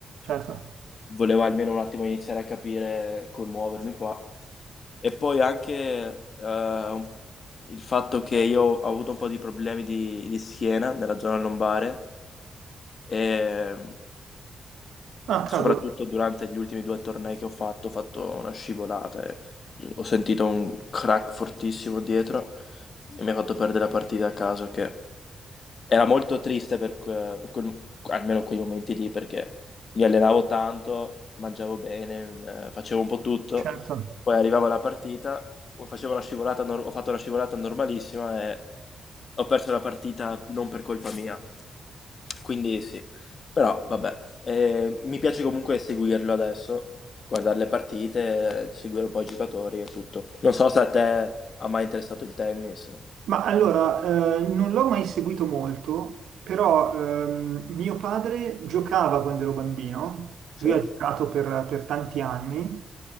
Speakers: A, on the right (about 85°); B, on the left (about 55°).
A: Certo.
B: volevo almeno un attimo iniziare a capire come muovermi qua. E poi anche eh, il fatto che io ho avuto un po' di problemi di, di schiena nella zona lombare e,
A: Ah,
B: soprattutto
A: cavolo,
B: durante gli ultimi due tornei che ho fatto, ho fatto una scivolata e ho sentito un crack fortissimo dietro e mi ha fatto perdere la partita a caso che era molto triste per, que- per quel- almeno quei momenti lì perché mi allenavo tanto, mangiavo bene, eh, facevo un po' tutto,
A: certo.
B: poi arrivavo alla partita, ho- facevo una scivolata nor- ho fatto una scivolata normalissima e ho perso la partita non per colpa mia. Quindi sì, però vabbè, eh, mi piace comunque seguirlo adesso, guardare le partite, seguire un po' i giocatori e tutto. Non so se a te ha mai interessato il tennis.
A: Ma allora, eh, non l'ho mai seguito molto, però ehm, mio padre giocava quando ero bambino,
B: Sì?
A: lui ha giocato per, per tanti anni